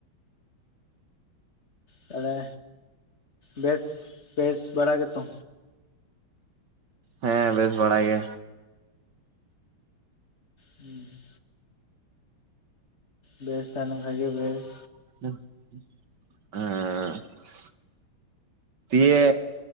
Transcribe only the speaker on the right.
ᱦᱮᱸ ᱵᱮᱥ ᱵᱟᱲᱟ ᱜᱮ
ᱦᱮᱸ ᱫᱤᱭᱮ